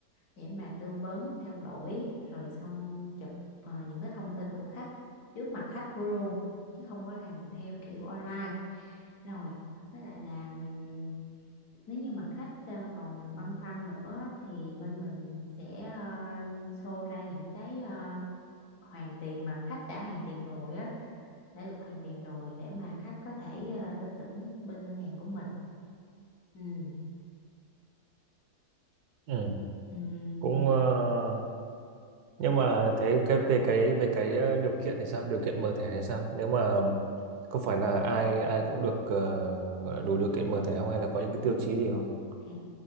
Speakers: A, on the left; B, on the right.
A: để mà tư vấn trao đổi rồi xong chụp ờ, những cái thông tin của khách trước mặt khách của luôn chứ không có làm theo kiểu online rồi với lại là ừm, nếu như mà khách ờ, còn băn khoăn nữa thì bên mình sẽ ờ, show ra những cái ờ, hoàn tiền mà khách đã hoàn tiền rồi á đã được hoàn tiền rồi để mà khách có thể ờ, tin tưởng bên ngân hàng của mình ừ
B: Ừ,
A: ừ
B: cũng ờ, nhưng mà thế cái về cái về cái ờ, điều kiện thì sao? Điều kiện mở thẻ hay sao? Nếu mà có phải là ai ai cũng được ờ, đủ điều kiện mở thẻ không hay là có những cái tiêu chí gì không?
A: À,